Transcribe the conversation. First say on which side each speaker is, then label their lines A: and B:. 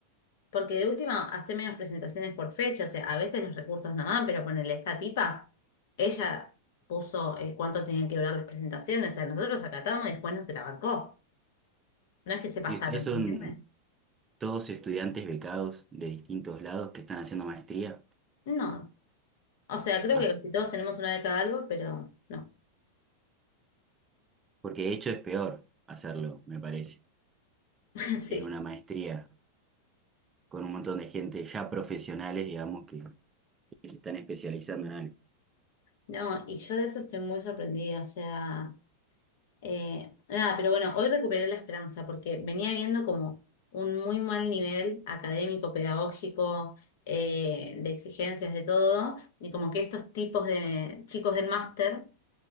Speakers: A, on the left; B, on the right.
A: Porque de última, hace menos presentaciones por fecha, o sea, a veces los recursos no dan, pero ponele esta tipa, ella puso eh, cuánto tenían que durar las presentaciones, o sea, nosotros acatamos y después no se la bancó. No es que se pasaron,
B: ¿Y ustedes
A: ¿se
B: son
A: entiende?
B: todos estudiantes becados de distintos lados que están haciendo maestría?
A: No. O sea, creo
B: Ah,
A: que casi todos tenemos una beca de algo, pero no.
B: porque de hecho es peor hacerlo, me parece.
A: <laughs> Sí.
B: en una maestría con un montón de gente ya profesionales, digamos, que, que se están especializando en algo.
A: No, y yo de eso estoy muy sorprendida, o sea. Eh, nada, pero bueno, hoy recuperé la esperanza porque venía viendo como un muy mal nivel académico, pedagógico, eh, de exigencias, de todo, y como que estos tipos de chicos del máster,